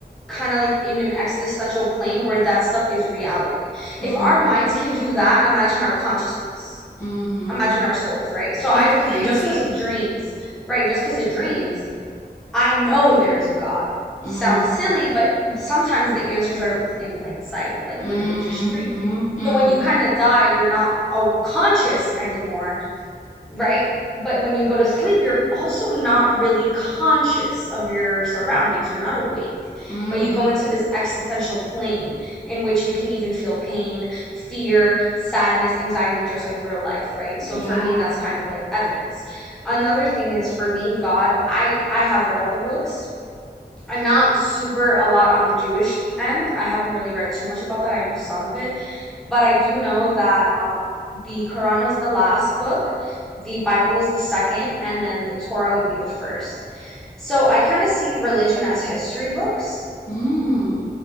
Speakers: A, in the centre; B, on the left.
A: kind of like in an existential plane where that stuff is reality. If
B: Mm,
A: our minds can do that, imagine our consciousness.
B: hmm
A: Imagine our souls, right? So I
B: It's
A: believe
B: crazy.
A: just because of dreams, right? Just because of dreams, I know there is a God. Sounds
B: Mm,
A: silly, but sometimes the answers are pl- in plain sight, like
B: mm-hmm,
A: literally just dreaming.
B: mm-hmm,
A: So when you kind of die, you're not uh, conscious anymore right? But when you go to sleep, you're also not really conscious of your surroundings. You're not awake,
B: mm.
A: but you go into this existential plane in which you can even feel pain, fear, sadness, anxiety, just like real life, right? So
B: Yeah.
A: for me, that's kind of like evidence. Another thing is for me, God, I I have read all the books. I'm not super a lot on the Jewish end. I haven't really read too much about that. I know some of it, but I do know that um, the Quran was the last book, the Bible is the second, and then the Torah would be the first. So I kind of see religion as history books
B: Mm,